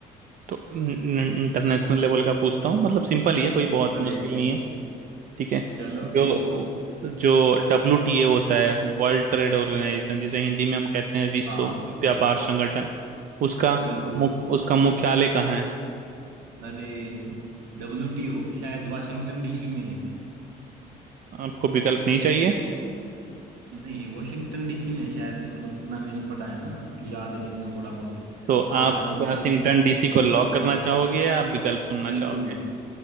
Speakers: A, on the right; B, on the right.
A: तो इंटरनेशनल लेवल का पूछता हूँ मतलब सिंपल ही है कोई बहुत
B: अरे
A: मुश्किल नहीं है ठीक है
B: चलो
A: जो
B: पूछ लो
A: जो डब्ल्यू टी ए होता है वर्ल्ड ट्रेड ऑर्गेनाइजेशन जिसे हिंदी में हम कहते हैं विश्व
B: हाँ
A: व्यापार संगठन उसका
B: बिल्कुल
A: मुख उसका मुख्यालय कहाँ है
B: अरे डब्ल्यू टी ओ शायद वाशिंगटन डीसी में है
A: आपको विकल्प नहीं चाहिए
B: नहीं वॉशिंगटन डीसी में शायद मतलब जितना मैंने पढ़ा है ना याद है जितना थोड़ा बहुत
A: तो
B: पक्का
A: आप
B: तो मतलब
A: वाशिंगटन डीसी
B: लेकिन
A: को लॉक करना चाहोगे या आप विकल्प सुनना
B: बिल्कुल
A: चाहोगे